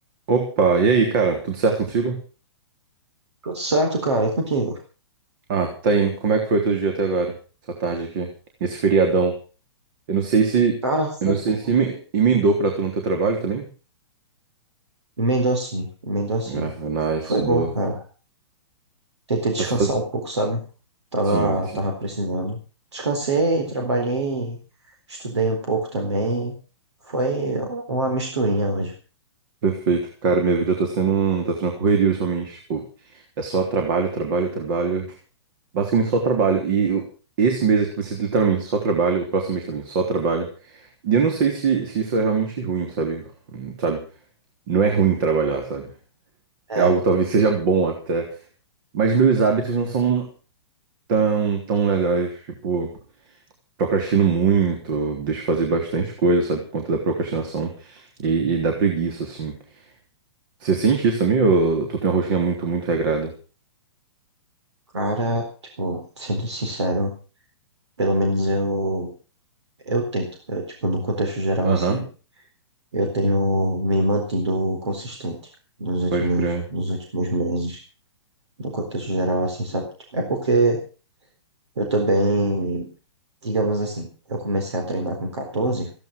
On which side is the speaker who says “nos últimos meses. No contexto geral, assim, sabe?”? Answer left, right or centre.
Right